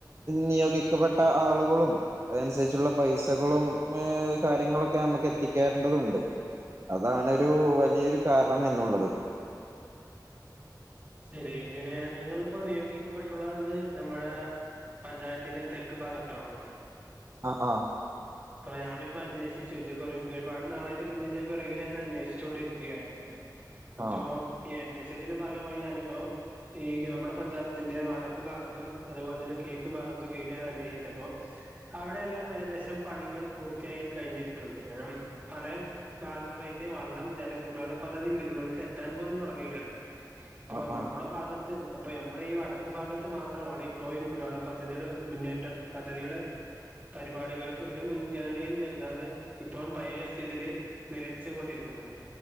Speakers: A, on the right; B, on the right.
A: നിയോഗിക്കപ്പെട്ട ആളുകളും അതനുസരിച്ചുള്ള പൈസകളും കാര്യങ്ങളൊക്കെ നമ്മക്ക് എത്തിക്കേണ്ടതുണ്ട്. അതാണൊരു വലിയൊരു കാരണം എന്നുള്ളത്.
B: ശെരി. പിന്നെ നിങ്ങളിപ്പോ നിയോഗിക്കപ്പെട്ടുള്ളത് നമ്മെടെ പഞ്ചായത്തിന്റെ തെക്ക് ബാഗത്താണല്ലോ?
A: ആ ആ
B: പ്പ ഞാനിപ്പന്വേക്ഷിച്ചു. ജ് കൊറെ പ്പ ഒരുപാട് നാളായിട്ടൊക്കെതിന്റെ പെറകില് ഞാൻ അന്വേക്ഷിച്ചൊണ്ടിരിക്കയായിരുന്നു. അപ്പോ
A: ആ
B: ഈ അന്വേ ഇതിന്റെ ബാഗമായി ഞാനിപ്പോ ഈ നമ്മെടെ പഞ്ചായത്തിന്റെ വടക്ക് ബാഗത്തും അത് പ്പോലെത്തന്നെ കിയക്ക് ബാഗത്തും വീട് ഞാനന്വേക്ഷിച്ചപ്പോ. അവെടെല്ലാം ഏകദേശം പണികൾ പൂർത്തിയായി കഴിഞ്ഞിരിട്ടിട്ടൊണ്ട്. കാരണം പല ബാഗങ്ങളിക്ക് വള്ളം, ജലം, കുടിവെളള പദ്ധതി വീടുകളിലേക്കെത്താൻ പോലും തെടങ്ങിട്ടേള്ളേ. ഇപ്പോ
A: ആ
B: നമ്മെടെ
A: ആ
B: ബാഗത്ത് നിന്നപ്പം നമ്മെടെയി വടക്ക് ബാഗ ത്ത് മാത്രാണ് ഇപ്പോഴും കുടിവെള്ളപദ്ധതിടെ മുന്നേറ്റം. പദ്ധതിടെ പരിപാടികൾ ക്കൊര് മുൻഗണനയും നൽകാതെ ഇപ്പോ പയേ സ്ഥിതിയില് നിലച്ചു കൊണ്ടിരിക്കുന്നത്.